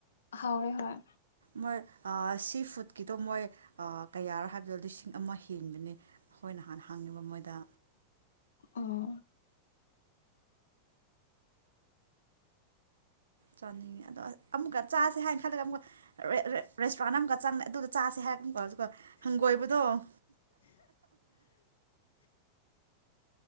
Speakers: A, on the left; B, on the right.
A: ꯍꯥꯎꯋ‌‌ꯦ ꯍꯣꯏ
B: ꯃꯣꯏ ꯁꯤ ꯐꯨꯗꯀꯤꯗꯣ ꯃꯣꯏ ꯀꯌꯥꯔꯣ ꯍꯥꯏꯕꯗꯣ ꯂꯤꯁꯤꯡ ꯑꯃ ꯍꯦꯟꯕꯅꯤ ꯑꯣꯏ ꯅꯍꯥꯟ ꯍꯥꯡꯉꯤꯕ ꯃꯣꯏꯗ
A: ꯑꯣ
B: ꯆꯥꯅꯤꯡꯉꯤ ꯑꯗꯣ ꯑꯃꯨꯛꯀ ꯆꯥꯁꯦ ꯍꯥꯏꯅ ꯈꯜꯂꯒ ꯑꯃꯨꯛꯀ ꯔꯦꯁꯇꯨꯔꯦꯟ ꯑꯃꯛꯀ ꯆꯪꯉꯦ ꯑꯗꯨꯗ ꯆꯥꯁꯦ ꯍꯥꯏꯔ ꯍꯪꯒꯣꯏꯕꯗꯣ <unintelligible>